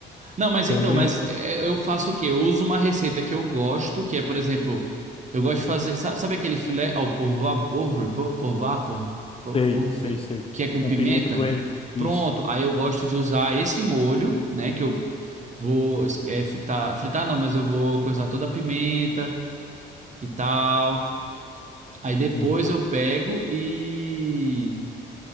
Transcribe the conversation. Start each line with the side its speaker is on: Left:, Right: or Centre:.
Right: Não, mas
Left: Também
Right: então, mas é, eu faço o quê? Eu uso uma receita que eu gosto, que é, por exemplo, eu gosto de fazer, sa- sabe aquele filé ao por vapor, por porvar, por vapor, por
Left: sei,
Right: porve,
Left: sei, sei.
Right: que é com
Left: Com
Right: pimenta?
Left: pimenta do reino. Isso.
Right: Pronto. Aí eu gosto de usar esse molho, né, que eu vou es- é, fritar, fritar não, mas eu vou coisar toda a pimenta e tal. Aí depois
Left: Uhum.
Right: eu pego e,